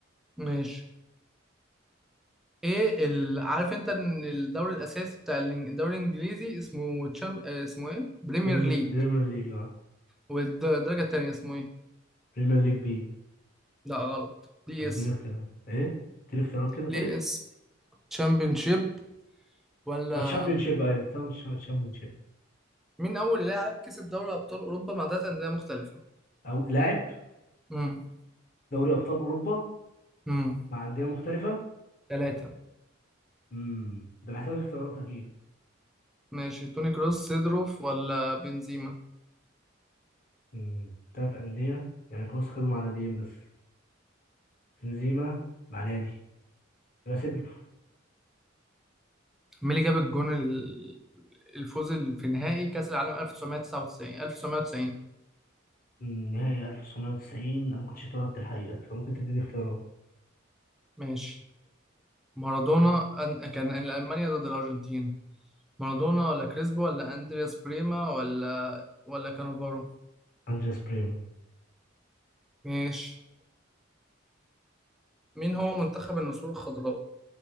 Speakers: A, in the centre; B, on the left.
A: ماشي ايه ال... عارف انت ان الدوري الاساسي بتاع الإن- الدوري الانجليزي اسمه تشام... آه، اسمه ايه بريمير
B: بريمير
A: ليج
B: بريمير ليج اه
A: والدرجة التانية اسمه ايه
B: بريمير ليج بي
A: لا غلط ليه
B: طب اديني
A: اسم
B: اختيارات ايه اديني اختيارات كده طيب
A: ليه اسم تشامبيونشيب ولا
B: الشامبيون شيب ايوه الشامبيون شيب
A: مين أول لاعب كسب دوري أبطال أوروبا مع تلات أندية مختلفة؟
B: او لاعب
A: امم
B: دوري ابطال اوروبا
A: امم
B: مع انديه مختلفه
A: ثلاثة
B: امم ده محتاج اختيارات اكيد
A: ماشي توني كروس سيدروف ولا بنزيما؟
B: امم ثلاث انديه يعني كروس خدوا مع ناديين بس بنزيما مع نادي يبقى سيدروف
A: مين اللي جاب الجون ال... الفوز ال- في نهائي كأس العالم 1999 1990
B: أمم، نهائي 1990 انا ما كنتش اتولدت الحقيقه فممكن تديني اختيارات
A: ماشي مارادونا أن... كان ألمانيا ضد الأرجنتين مارادونا ولا كريسبو ولا أندرياس بريما ولا ولا كانافارو
B: انجاس بريما
A: ماشي مين هو منتخب النسور الخضراء؟